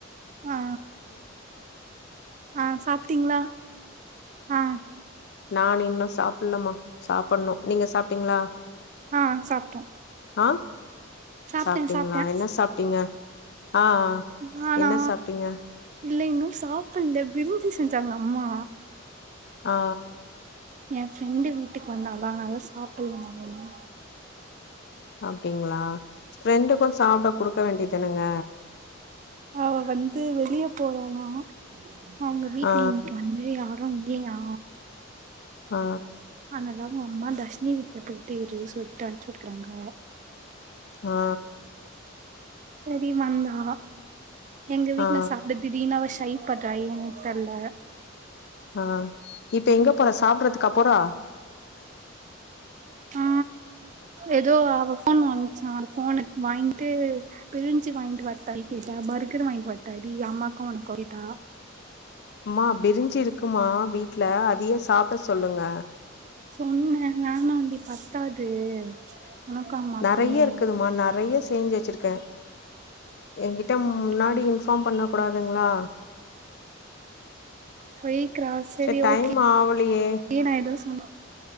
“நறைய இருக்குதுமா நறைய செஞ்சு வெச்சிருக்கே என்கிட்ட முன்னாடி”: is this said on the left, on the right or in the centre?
Left